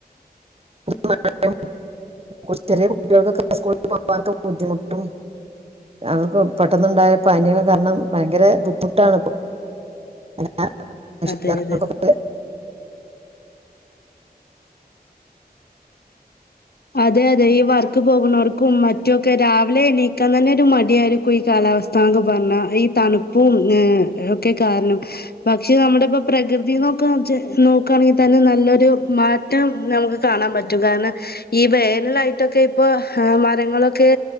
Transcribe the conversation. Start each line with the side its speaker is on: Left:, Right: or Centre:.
Right: <unintelligible> ചെറിയ കുട്ടികൾക്കൊക്കെ സ്കൂളിൽ പോകാൻ ബുദ്ധിമുട്ടും അവർക്ക് പെട്ടെന്നുണ്ടായ പനിയൊക്കെ കാരണം ഭയങ്കര ബുദ്ധിമുട്ടാണിപ്പോ <unintelligible>
Left: അതെ അതെ അതെയതെ ഈ വർക്ക്‌ പോകുന്നവർക്കും മറ്റുവൊക്കെ രാവിലെ എണീക്കാൻ തന്നെയൊരു മടിയായിരിക്കും ഈ കാലാവസ്ഥന്നൊക്കെ പറഞ്ഞാൽ ഈ തണുപ്പും ഏ ഒക്കെ കാരണം പക്ഷെ നമ്മളിപ്പം പ്രകൃതിനൊക്കെ നോക്കുവാണെകിൽ തന്നെ നല്ലൊരു മാറ്റം നമുക്ക് കാണാൻ പറ്റും കാരണം ഈ വേനലായിട്ടൊക്കെ ഇപ്പം ആ മരങ്ങളൊക്കെ